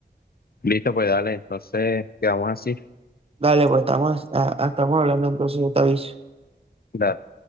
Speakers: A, on the left (about 60°); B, on the right (about 35°).
A: Listo, pues dale, entonces quedamos así.
B: Dale, pues estamos, a- a- estamos hablando entonces, yo te aviso.
A: Dale.